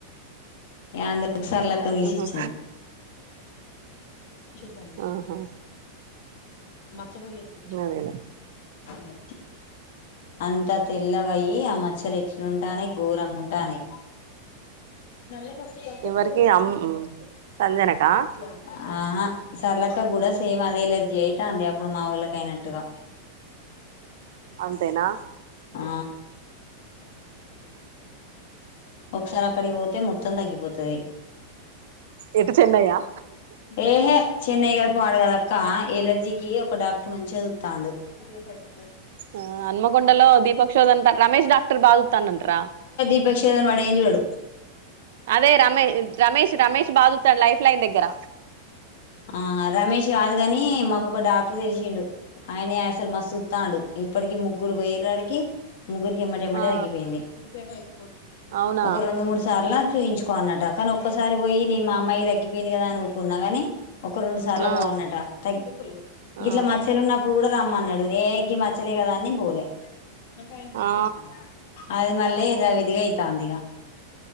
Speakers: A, on the left; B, on the right.
A: ఏంది సర్లే అక్క పిలిచి
B: ఆహా
A: ఇచ్చిన తుంది
B: ఆహా
A: మచ్చపోయ్య తెచ్చి
B: అదేలే
A: ఉన్నాయి అంతా తెల్లగయి ఆ మచ్చలు ఎట్లుంటానే ఘోరంగా ఉంటాన్నయి నల మత్త అంత
B: ఎవరికి
A: తోలి ఉసంత
B: అమ్ సంజనకా
A: మంతట్లా ఆహా సర్లక్క కూడా సేమ్ అదే ఎలర్జీ అయితా ఉంది అప్పుడు మా వోళ్ళకి అయినట్టుగా
B: అంతేనా
A: ఆ ఒకసారి అక్కడికి పోతే మొత్తం తగ్గిపోతది
B: ఎటు చెన్నై ఆ
A: ఏహే చెన్నై కాదు పాడు కాదు అక్క ఎలర్జీ ఏ ఒక డాక్టర్ మంచి చూత్తాండు ఎంతసేపు అయిత
B: ఆ అనుమకొండలో దీపక్షోద అంత రమేష్ డాక్టర్ బా తనూట్ర
A: ఇన్ఫెక్షన్ అయింది అని వాడేం చూడడు
B: అదే రమే రమేష్ రమేష్ బాగా చూతాడు లైఫ్ లైన్ దగ్గర
A: ఆ రమేష్ కాదు కాని మాకొక డాక్టర్ తెలిసిండు ఆయన అసలు మ సూత్తాండు ఇప్పటికి ముగ్గురు పోయిండ్రు ఆడికి ముగ్గురికి ఎంబట ఎంబటే
B: ఆ
A: తగ్గింది ఇదేపయతు
B: అవునా
A: ఒక రెండు మూడు సార్లా చూయించు కొన్నట కాని ఒక్కసారి పోయి నీ మా అమ్మాయికి తగ్గిపోయింది కదా ఊరుకున్న కాని ఒక రెండు సార్లు
B: ఆ
A: పో అన్నట తగ్గి
B: ఆ
A: ఇట్ల మచ్చలు ఉన్నప్పుడు కూడా రామ్మన్నడు ఏ ఈ మచ్చలే కదా అని పోలే నాకు ఆయింటిమెంట్
B: ఆ
A: తెచ్చివు అది మళ్ళి ఎదా విదిగా అయితాందిక